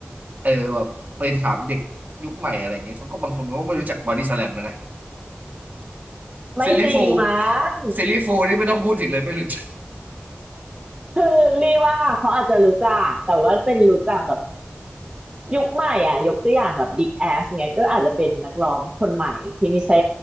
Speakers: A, on the right (about 40°); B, on the right (about 25°).
A: เออแบบไปถามเด็กยุคใหม่อะไรเงี้ยเขาก็บางคนก็ไม่รู้จักบอดี้สแลมแล้วนะ
B: <laughs> ไม่จริงมั้ง
A: ซิลลี่ฟูลซิลลี่ฟูลนี่ไม่ต้องพูดถึงเลยไม่รู้จัก
B: คือลี่ว่าเขาอาจจะรู้จักแต่ว่าเป็นรู้จักแบบยุคใหม่อ่ะยกตัวอย่างแบบบิ๊แอสเงี้ยก็อาจจะเป็นนักร้องคนใหม่ที่ไม่ใช่